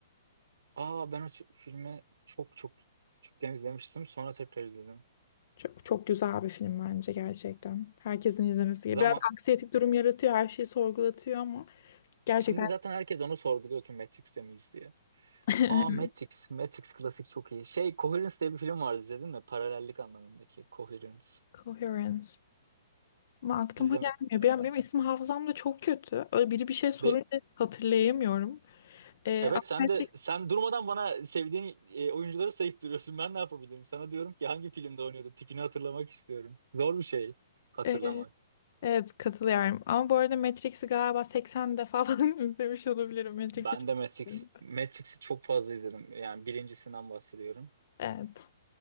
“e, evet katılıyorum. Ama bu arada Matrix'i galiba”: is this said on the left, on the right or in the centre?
Left